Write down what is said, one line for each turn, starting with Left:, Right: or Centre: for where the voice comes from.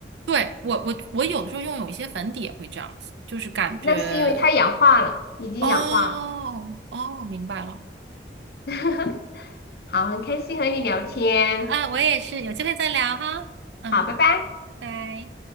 Right: 对，我我我有的时候用有一些粉底也会这样子，就是感觉
Left: 那是因为它氧化了，已经氧化了。
Right: 哦哦，明白了
Left: <laughs> 好，很开心和你聊天，
Right: 啊，我也是，有机会再聊哈，嗯，
Left: 好，拜拜。
Right: 拜。